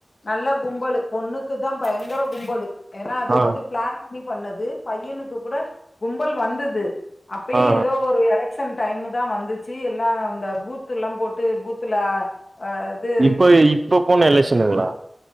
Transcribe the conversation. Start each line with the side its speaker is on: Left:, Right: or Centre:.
Left: நல்ல கும்பலு பொண்ணுக்கு தா பயங்கர கும்பலு ஏனா அது
Right: ஆ ஆ
Left: வந்து பிளான் பண்ணி பண்ணது பையனுக்கு கூட கும்பல் வந்துது அப்பயே
Right: ஆ
Left: ஏதோ ஒரு எலக் க்ஷன் டைம்ல தா வந்துச்சு எல்லா இந்த பூத்து எல்லா போட்டு பூத்துல இது
Right: இப்ப இப்ப போன எலெக்ஷன்ங்களா